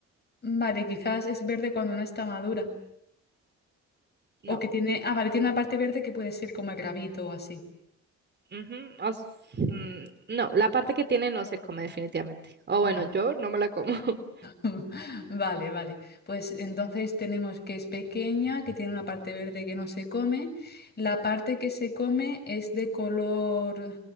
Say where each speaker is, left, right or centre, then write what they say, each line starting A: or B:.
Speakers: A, on the left; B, on the right.
A: Vale, quizás es verde cuando no está madura.
B: No.
A: O que tiene, ah, vale, tiene una parte verde que puede ser como el rabito o así.
B: Ujú, o s- mm, no, la parte que tiene no se come definitivamente. O bueno,
A: Vale.
B: yo no me la como. <laughs>
A: <laughs> Vale, vale. Pues entonces tenemos que es pequeña, que tiene una parte verde que no se come. La parte que se come es de color,